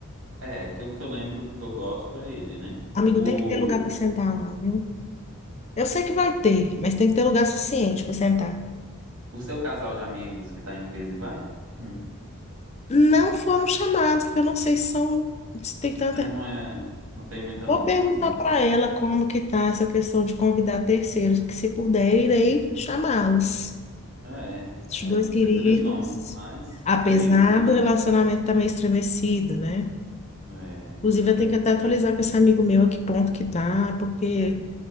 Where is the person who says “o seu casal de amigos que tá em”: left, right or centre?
Right